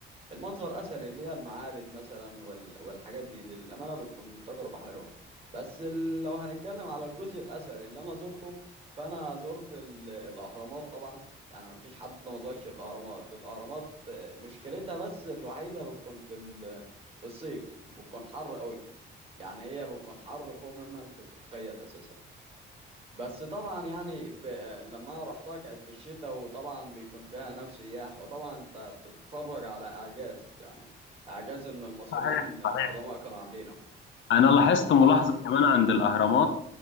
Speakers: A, on the right; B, on the left.
A: المنظر أثري اللي هي المعابد مثلا وال- والحاجات دي دي للأمانة بتكون تجربة حلوة بس ال- لو هنتكلم على الجزء الأثري اللي أنا زرته فأنا زرت ال- الأهرامات طبعا يعني ما فيش حد ما زارش الأهرامات الأهرامات آه، مشكلتها بس الوحيدة بتكون في ال- في الصيف بتكون حر قوي يعني هي بتكون حر فوق مما انت تتخيل اساسا بس طبعا يعني ب... لما رحتها كانت في الشتاء وطبعا بيكون فيها هناك سياح وطبعا انت بتتفرج على اعجاز يعني اعجاز ان المصريين
B: صحيح
A: القدماء
B: صحيح
A: كانوا عاملينه
B: انا لاحظت ملاحظه
A: فعلا
B: كمان عند الاهرامات